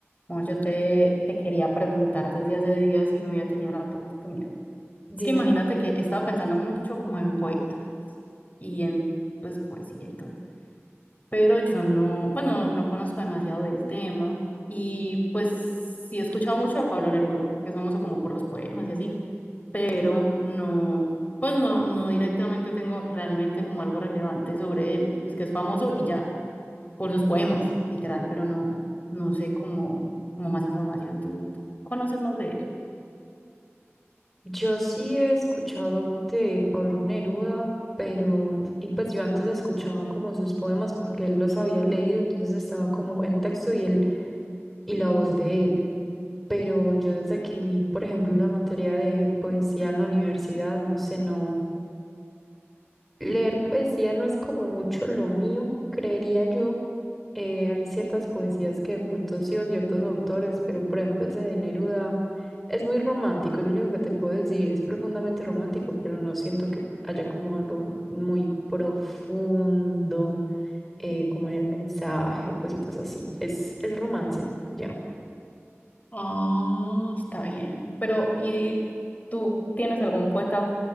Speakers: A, on the left (about 35°); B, in the centre.
A: Amor, yo te, te quería preguntar desde hace días y no había tenido la oportunidad.
B: Dime,
A: Es que imagínate
B: Luis.
A: que he estado pensando mucho como en poetas y en pues poesía y todo, pero yo no, pues no, no conozco demasiado del tema y pues sí he escuchado mucho a Pablo Neruda, que es famoso como por los poemas y así, pero no, pues no, no directamente tengo realmente como algo relevante sobre él, pues que es famoso y ya por sus poemas, literal, pero no, no sé cómo, cómo más información. ¿Tú conoces más de él?
B: yo sí he escuchado de Pablo Neruda, pero, y pues yo antes escuchaba como sus poemas porque él los había leído, entonces estaba como el texto y el, y la voz de él. Pero yo desde que vi, por ejemplo, la materia de poesía en la universidad, no sé, no. Leer poesía no es como mucho lo mío, creería yo. Eh, hay ciertas poesías que de pronto sí o ciertos autores, pero por ejemplo ese de Neruda es muy romántico, es lo único que te puedo decir, es profundamente romántico, pero no siento que haya como algo muy profundo, eh, como en el mensaje o cositas así. Es, es romance, ya.
A: Ah, está bien. Pero, ¿y tú tienes algún poeta